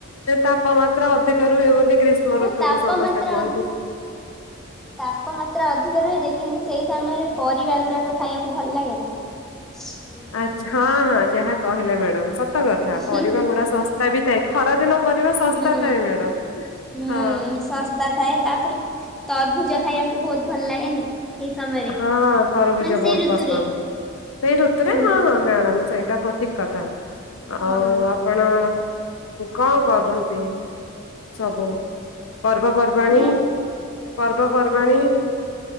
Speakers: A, on the left; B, in the centre.
A: ତାପମାତ୍ରା ଅଧିକ ରୁହେ ବୋଲି ଗ୍ରୀ ଗ୍ରୀଷ୍ମ
B: ଆଉ
A: ଋତୁକୁୁ
B: ତାପମାତ୍ରା
A: ସମସ୍ତେ <unintelligible>
B: ଅଧିକ ତାପମାତ୍ରା ଅଧିକ ରୁହେ ଯେ କିନ୍ତୁ ସେଇ ସମୟରେ ପରିବା ଗୁଡାକ ଖାଇବାକୁ ଭଲ ଲାଗେ ନା। ହ
A: ଆଛା ହଁ ହଁ ଯାହା କହିଲା ମ୍ୟାଡାମ ସତ କଥା
B: ହୁଁ
A: ପରିବା ଗୁଡା ଶସ୍ତା ବି ଥାଏ। ଖରାଦିନ ପରିବା ଶସ୍ତା
B: ହୁଁ
A: ଥାଏ ମ୍ୟାଡାମ।
B: ହୁଁ
A: ହଁ
B: ସସ୍ତା ଥାଏ ତାପରେ ତରଭୁଜ ଖାଇବାକୁ ବହୁତ ଭଲ ଲାଗେନି। ସେଇ ସମୟରେ
A: ହଁ ତରଭୁଜ
B: ମାନେ ସେଇ
A: ବହୁତ
B: ଋତୁରେ।
A: ପସନ୍ଦ ସେଇ ଋତୁରେ
B: ହୁଁ
A: ହଁ ହଁ ମ୍ୟାଡାମ ସେଇଟା। କଥା
B: ହଁ
A: ଆଉ ଆପଣ କଣ କରୁଛନ୍ତି। ସବୁ ପର୍ବପର୍ବାଣୀ
B: ଆଜ୍ଞା
A: ପର୍ବପର୍ବାଣୀ